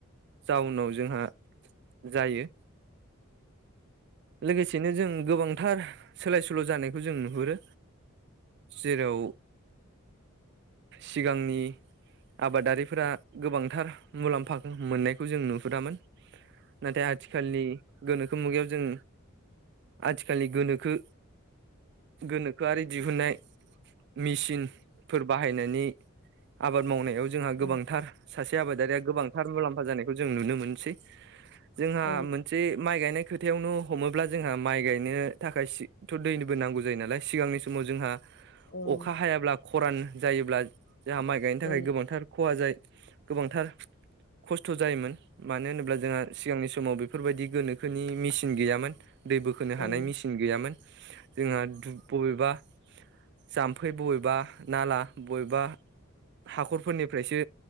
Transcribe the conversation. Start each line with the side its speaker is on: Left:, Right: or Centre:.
Right: जाउनाव जोंहा जायो लोगोसेनो जों गोबां थार सोलाय सोल' जानायखौ जों नुहुरो जेराव सिगांनि आबादारिफोरा गोबांथार मुलाम्फा मोननायखौ जों नुहुरामोन नाथाय आथिखालनि गोनो खो मुगायाव जों आथिखालनि गोनोखो गोनोखोआरि दिहुननाय मिसिनफोर बाहायनायनि आबाद मावनायाव जोंहा
Left: औ
Right: गोबांथार सासे आबादारिया गोबां फा जानायखौ जों नुनो मोनसै जोंहा
Left: औ
Right: मोनसे माइ गायनाय खोथायावनो हमोब्ला जोंहा माइ गायनो थाखायसिथ' दैनिबो नांगौ जायो नालाय सिगांनि समाव जोंहा
Left: औ
Right: अखा हायाब्ला ख'रान जायोब्ला जोंहा माइ गायनो
Left: औ
Right: थाखाय गोबांथार ख'हा जायो। गोबांथार खस्थ' जायोमोन मानो होनोब्ला जोंहा सिगांनि समाव बे फोरबायदि गोनोखोनि मिसिन गैयामोन। दै बोखोनो
Left: औ
Right: हानाय मेसिन गैयामोन जोंहा दुब बबेबा जाम्फै बबेबा नाला बबेबा हाखरफोरनिफ्रायसो